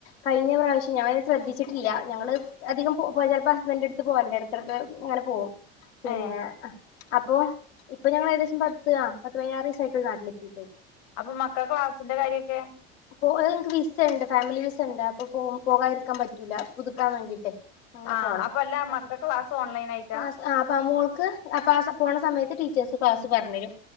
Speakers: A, on the left; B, on the left.
A: കഴിഞ്ഞ പ്രാവശ്യം ഞാന് ശ്രദ്ധിച്ചിട്ടില്ല, ഞങ്ങള് അധികം പോയി ചിലപ്പോ ഹസ്ബൻഡന്റെ അടുത്ത് പോവാൻന്റ് ഇടുക്കട അങ്ങനെ പോകും. പിന്നെ
B: ഏഹ്
A: അപ്പൊ അപ്പ ഞങ്ങ ഏകശ പത്ത് പത്ത് പതിനാറീസായി <inaudible>
B: അപ്പൊ മക്കള ക്ലാസ്സിന്റെ കാര്യൊക്കെ
A: അപ്പൊ ഞങ്ങക്ക് വിസ ഉണ്ട് ഫാമിലി വിസ ഉണ്ട്. അപ്പൊ പോ പോകാതിരിക്കാൻ പറ്റൂല പുതുക്കാൻ വേണ്ടിട്ട് അങ്ങനെ
B: ആഹ്
A: പോണം
B: അല്ല
A: അപ്പൊ
B: മക്കളെ ക്ലാസ് ഓൺലൈൻ ആയിട്ടാ
A: ക്ല ആ അപ്പ മോൾക്ക് അപ്പ പോണ സമയത്ത് ടീച്ചേഴ്സ് ക്ലാസ് പറഞ്ഞരും.